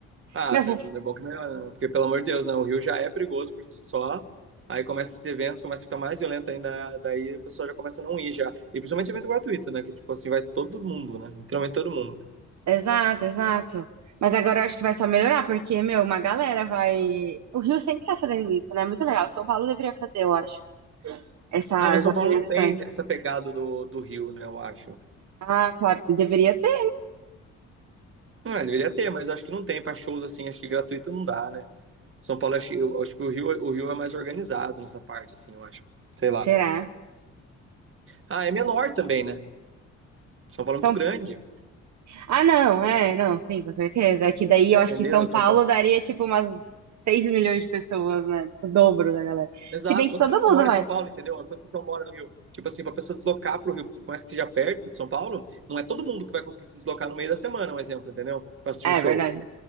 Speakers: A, on the right; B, on the right.
A: Ah,
B: Meu,
A: tá-
B: só-
A: é bom que melhora, né? Porque, pelo amor de Deus, né? O Rio já é perigoso por si só. Aí começa esses eventos, começa a ficar mais violento ainda. Daí a pessoa já começa a não ir já. E principalmente evento gratuito, né? Que, tipo assim, vai todo mundo, né? Literalmente todo mundo.
B: exato, exato. Mas agora eu acho que vai só melhorar, porque, meu, uma galera vai. O Rio sempre tá fazendo isso, né? Muito legal. São Paulo deveria fazer, eu acho, essas
A: Ah, mas São
B: apresentações.
A: Paulo não tem essa pegada do, do Rio, né? Eu acho.
B: Ah, claro, deveria ter.
A: Ah, deveria ter, mas eu acho que não tem. Pra shows, assim, acho que gratuito não dá, né? São Paulo, acho, eu acho que o Rio, o Rio é mais organizado nessa parte, assim, eu acho. Sei lá.
B: Será?
A: Ah, é menor também, né? São Paulo é muito
B: São...
A: grande.
B: Ah, não, é, não, sim, com certeza. É que daí eu acho
A: Entendeu?
B: que São
A: São
B: Paulo
A: Paulo
B: daria, tipo, umas 6 milhões de pessoas, né? O dobro da galera.
A: Exato.
B: Se bem que
A: Quantas
B: todo
A: pessoas
B: mundo
A: moram
B: vai.
A: em São Paulo, entendeu? Quantas pessoas moram no Rio? Tipo assim, pra pessoa deslocar pro Rio, por mais que seja perto de São Paulo, não é todo mundo que vai conseguir se deslocar no meio da semana, um exemplo, entendeu? Pra assistir
B: É
A: um show.
B: verdade.